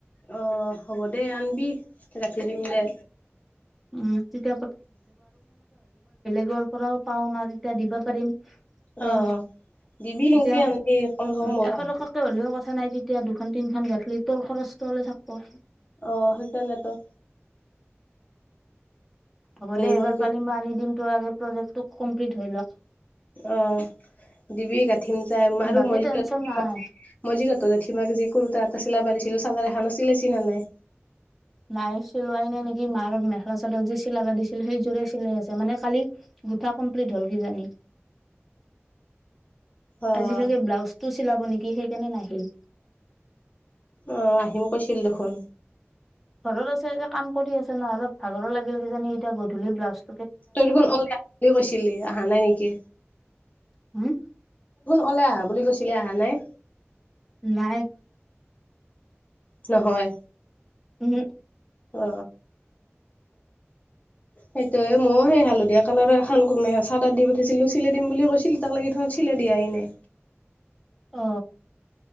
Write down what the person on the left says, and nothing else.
অ হ'ব দে। আনবি গাঁঠি দিম দে।
অ দিবি সেনকে
আনবি কম চে কম মোৰো
হাতত
অ সেই কাৰণে ত।
কৰিবি
অ দিবি গাঁঠিম যাই আৰু
মই
যি গাথিম <unintelligible>
গাঠিম আৰু মই যে তহঁতৰ জেঠিমাক যে কুৰ্তা এটা চিলাবা দিছিলো চাদৰ এখন আছিল চিলে ছি নে নাই?
অ
অ আহিম কৈছিল দেখোন।
<unintelligible> অল বুলি কৈছিলি আহা নাই নেকি?
ওলাই আহা বুলি কৈছিলি? আহা নাই?
নহয়।
অ সেইটোয়ে। ময়ো সেই হালধীয়া কালাৰৰ এখন চাদাৰ দি পঠাইছিলো। চিলাই দিম বুলি কৈছিল। এতিয়া লৈকে দেখোন চিলাই দিয়াই নাই।